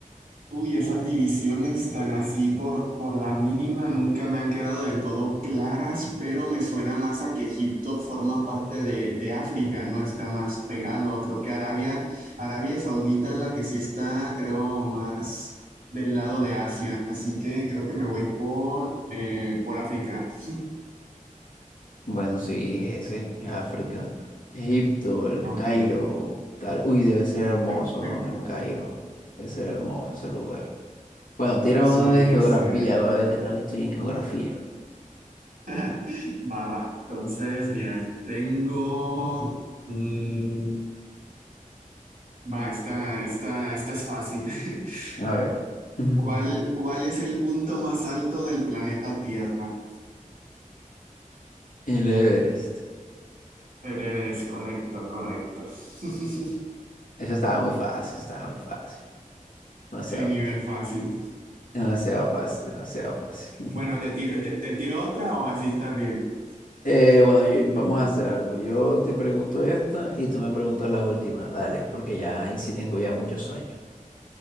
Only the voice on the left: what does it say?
Bueno, sí, ese es África. Egipto, el
Cairo, tal. Uy, debe ser hermoso,
¿no? El Cairo. Debe ser hermoso ese lugar. Bueno, tírame
uno de geografía,
va a ver qué tal estoy en geografía.
A ver. Ujú.
El Everest.
Eso estaba muy fácil, estaba muy fácil. Demasiado
fácil.
Demasiado fácil, demasiado fácil.
<laughs>
Eh, bueno, yo- vamos a hacer algo. Yo te pregunto esta y tú me preguntas la última. Dale, porque ya ahí sí tengo ya mucho sueño.